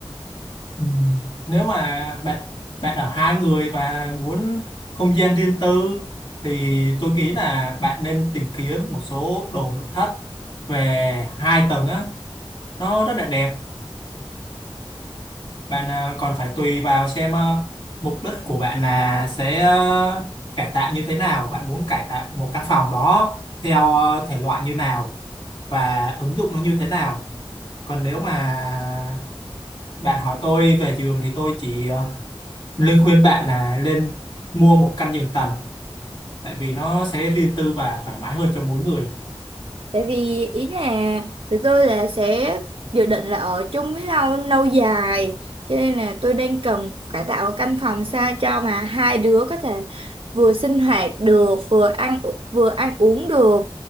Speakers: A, on the left (about 60°); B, on the right (about 60°).
A: Ừ. Nếu mà bạn bạn ở hai người và muốn không gian riêng tư thì tôi nghĩ là bạn nên tìm kiếm một số đồ nội thất về hai tầng á nó rất là đẹp bạn à, còn phải tùy vào xem à, mục đích của bạn là sẽ à, cải tạo như thế nào bạn muốn cải tạo một căn phòng đó theo à, thể loại như nào và ứng dụng nó như thế nào còn nếu mà bạn hỏi tôi về giường thì tôi chỉ ờ, Linh khuyên bạn là nên mua một căn giường tầng tại vì nó sẽ riêng tư và thoải mái hơn cho mỗi người.
B: Tại vì ý là tụi tôi là sẽ dự định là ở chung với nhau lâu dài cho nên là tôi đang cần cải tạo ở căn phòng sao cho mà hai đứa có thể vừa sinh hoạt được vừa ăn u- vừa ăn uống được